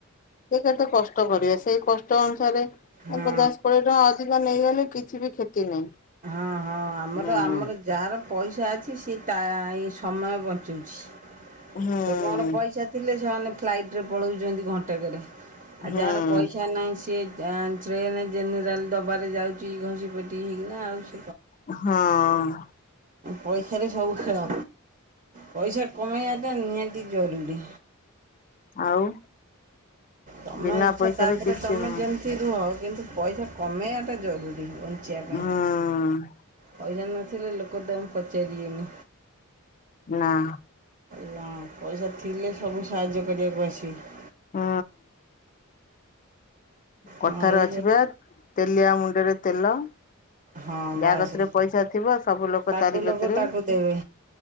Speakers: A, on the left; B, on the right.
A: ସେ କେତେ କଷ୍ଟ କରିବେ ସେ କଷ୍ଟ ଅନୁସାରେ ତା
B: ହଁ
A: ଦଶ କୋଡିଏ ଟଙ୍କା ଅଧିକ ନେଇଗଲେ କିଛି ବି କ୍ଷତି ନାହିଁ।
B: ହଁ ହଁ ଆମର
A: ହୁଁ
B: ଆମର ଯାହାର ପଇସା ଅଛି ସିଏ ତା ସମୟ ବଞ୍ଚୁଛି
A: ହୁଁ
B: ଲୋକଙ୍କର ପଇସା ଥିଲେ ପିଲାମାନେ ଫ୍ଲାଇଟ୍ରେ ପଳଉଛନ୍ତି ଘଣ୍ଟାକରେ ଆ
A: ହୁଁ
B: ଯାହାର ପଇସା ନାହିଁ ସିଏ ଟ୍ରେନ୍ ଜେନେରାଲ ଡବାରେ ଯାଉଛି ଘଷି ପେଟିି ହେଇକି ନ ଆଉଛି
A: ହଁ।
B: ପଇସାରେ ସବୁ ଖପ ପଇସା କମେଇବାଟା ନିହାତି ଜରୁରି
A: ଆଉ?
B: ତମ
A: ବିନା
B: ଇଚ୍ଛା
A: ପଇସାରେ
B: ତାପରେ
A: କିଛି
B: ତମେ
A: ହବନି।
B: ଯେମିତି ରୁହ କିନ୍ତୁ ପଇସା କମେଇବାଟା ଜରୁରୀ ବଞ୍ଚିବା
A: ହଁ।
B: ପାଇଁ ପଇସା ନଥିଲେ ଲୋକ ତମକୁ ପଚାରିବେନି।
A: ନାଁ
B: ହଁ ପଇସା ଥିଲେ ସବୁ ସାହାଯ୍ୟ କରିବାକୁ ଆସିବେ।
A: ହଁ। କଥାରେ
B: ହଁ ଏଇ
A: ଅଛି
B: ଯେ
A: ପରା ତେଲିଆ ମୁଣ୍ଡରେ ତେଲ
B: ହଁ
A: ଯାହାକତିରେ
B: ବାସ୍
A: ପଇସା ଥିବ ସବୁ ଲୋକ
B: ତାକୁ
A: ତାରି କତିରେ
B: ଲୋକ ତାକୁ ଦେବେ